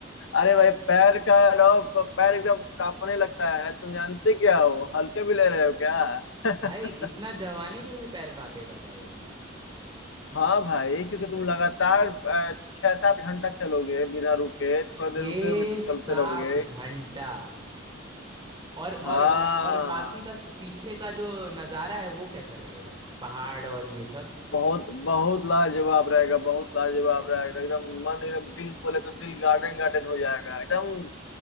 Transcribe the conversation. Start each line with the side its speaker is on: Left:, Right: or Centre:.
Left: अरे भाई पैर का रहो प- पैर एकदम कांपने लगता है तुम जानते क्या हो हल्के भी ले रहे हो क्या <laughs>
Right: भाई इतना जवानी में भी पैर कांपेगा भाई
Left: हाँ भाई क्योंकि तुम लगातार अ, छह सात घंटा चलोगे बिना रुके थोड़ा
Right: छः
Left: देर रुके भी तो चलते
Right: सात
Left: रहोगे
Right: घंटा और और
Left: हाँ
Right: और बाकी का पीछे का जो नज़ारा है वो कैसा रहेगा पहाड़ और ये सब
Left: बहुत बहुत लाजवाब रहेगा बहुत लाजवाब रहेगा एकदम मन एकदम दिल बोले तो दिल गार्डन गार्डन हो जाएगा एकदम